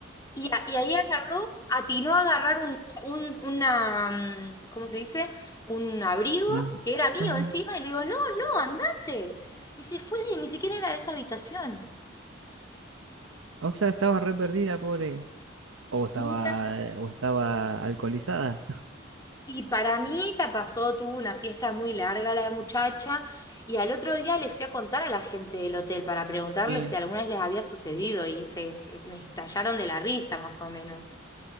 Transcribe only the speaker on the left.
Y, a- y ahí agarró, atinó a agarrar un, cha- un- una, mm, ¿cómo se dice? Un abrigo
que era mío
encima y le digo, no, no, andate. Y se fue, y ni siquiera era de esa habitación,
nunca.
Y para mí la pasó, tuvo una fiesta muy larga la muchacha y al otro día le fui a contar a la gente del hotel para preguntarles
si alguna vez les había sucedido y se me estallaron de la risa más o menos.